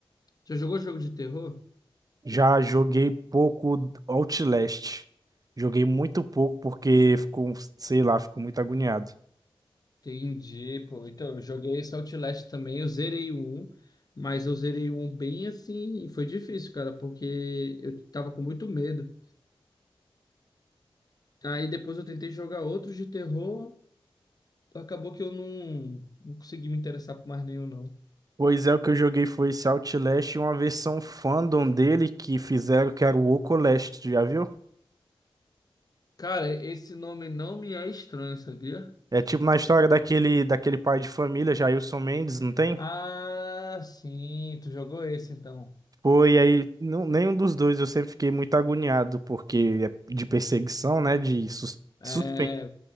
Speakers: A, on the left (about 45°); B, on the right (about 40°).
A: Já jogou jogo de terror?
B: Já joguei pouco Outlast, joguei muito pouco porque ficou, sei lá, fico muito agoniado.
A: Entendi, pô. Então, eu joguei esse Outlast também, eu zerei o 1, mas eu zerei o 1 bem assim, e foi difícil, cara, porque eu tava com muito medo. Aí depois eu tentei jogar outros de terror, acabou que eu não, não consegui me interessar por mais nenhum, não.
B: Pois é, o que eu joguei foi esse Outlast e uma versão fandom dele que fizeram que era o Ocolast, tu já viu?
A: Cara, esse nome não me é estranho, sabia?
B: É tipo na história daquele, daquele pai de família, Jailson Mendes, não tem?
A: Ah, sim, tu jogou esse então.
B: Foi aí, não, nenhum dos dois eu sempre fiquei muito agoniado, porque é de perseguição, né? De sus,
A: É,
B: suspense.